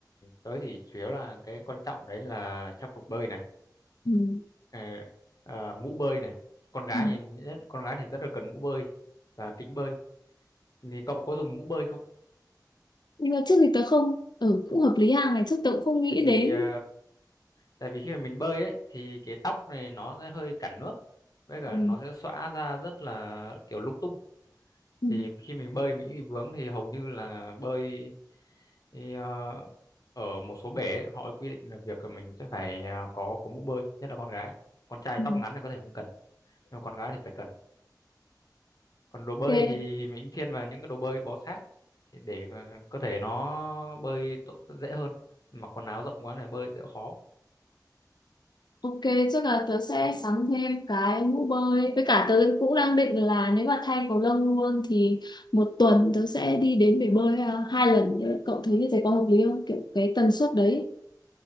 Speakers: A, on the left (about 55°); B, on the left (about 75°).
A: tớ chỉ chủ yếu là cái quan trọng đấy là trang phục bơi này
B: ừ.
A: ờ, ờ, mũ bơi này con gái
B: Ừ.
A: thì nhất, con gái thì rất là cần mũ bơi và kính bơi thì cậu có dùng mũ bơi không
B: Nhưng mà trước thì tớ không ừ, cũng hợp lý hàng ngày trước tớ cũng không nghĩ
A: tại vì
B: đến
A: ờ, tại vì khi mà mình bơi ấy thì cái tóc này nó sẽ hơi cản nước với cả
B: ừ.
A: nó sẽ xõa ra rất là kiểu lung tung
B: Ừ.
A: thì khi mình bơi mình bị vướng thì hầu như là bơi thì, ờ, ở một số bể ấy, họ quy định là việc là mình sẽ phải ờ, có có mũ bơi nhất là con gái con trai
B: Ừ.
A: tóc ngắn thì có thể không cần nhưng mà con gái thì phải cần còn đồ bơi
B: Ok
A: thì mình thiên vào những cái đồ bơi bó sát thì để ờ, cơ thể nó bơi tốt dễ hơn mặc quần áo rộng quá này bơi sẽ khó
B: ok chắc là tớ sẽ sắm thêm cái mũ bơi với cả tớ cũng đang định là nếu mà thay cầu lông luôn thì một tuần tớ sẽ đi đến bể bơi à, hai lần cậu thấy như thế có hợp lý không kiểu cái tần suất đấy